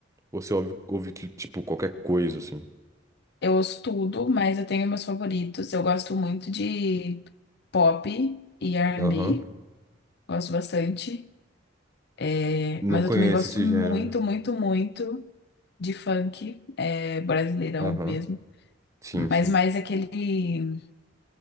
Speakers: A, on the right; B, on the left.
A: Ou você ouve, ouve, tipo, qualquer coisa, assim?
B: Eu ouço tudo, mas eu tenho meus favoritos. Eu gosto muito de pop e R&B,
A: Aham,
B: gosto bastante. É,
A: não
B: mas
A: conheço
B: eu também gosto
A: esse
B: muito,
A: gênero.
B: muito, muito. de funk, é, brasileirão
A: Aham.
B: mesmo,
A: Sim,
B: mas
A: sim.
B: mais aquele, que